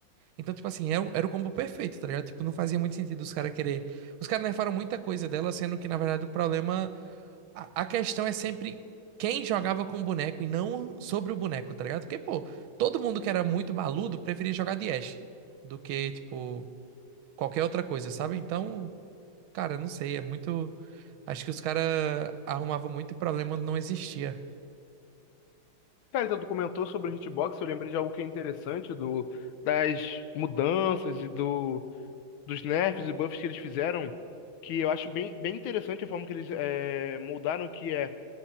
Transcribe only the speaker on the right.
Então, tipo assim, era, o- era o combo perfeito, tá ligado? Tipo, não fazia muito sentido os caras querer. Os caras nerfaram muita coisa dela, sendo que, na verdade, o problema. A, a questão é sempre quem jogava com o boneco e não sobre o boneco, tá ligado? Porque, pô, todo mundo que era muito baludo preferia jogar de Ashe do que, tipo, qualquer outra coisa, sabe? Então, cara, não sei, é muito. Acho que os caras arrumavam muito problema onde não existia.